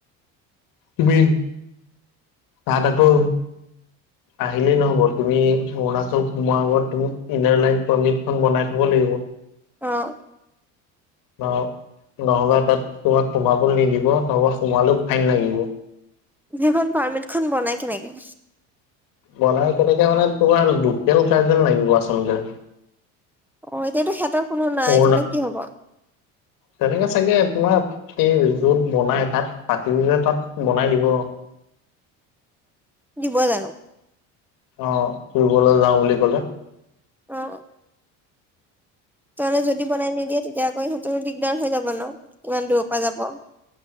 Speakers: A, on the left; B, in the centre.
A: তুমি তাহাঁত আকৌ আহিলেই নহ'ব তুমি অৰুণাচল সোমোৱা আগত তুমি ইনাৰ লাইন পাৰ্মিত খন বনাই থব লাগিব।
B: অঁ।
A: নহ নহ'বা তাত তোমাক সোমাবলে নিদিব নহ'বা সোমালেও ফায়েন লাগিব।
B: যিখন পাৰ্মিত খন বনাই কেনেকে?
A: বনাই কেনেকে মানে তোমাৰ লোকেল গাৰ্জেন লাগিব আচলতে।
B: অ এতিয়াটো সেতৰ কোনো নাই
A: অৰুণা
B: তেন্তে কি হ'ব?
A: তেনেকে চাগে তোমাৰ এই যত বনাই তাত পাতি দিলে তাত বনাই দিব
B: দিব জানো
A: অ ফুৰিবলৈ যাওঁ বুলি ক'লে
B: অ ত মানে যদি বনাই নিদিয়ে তেতিয়া আকৌ সেইটো দিগদাৰ হৈ যাব ন ইমান দূৰৰ পৰা যাব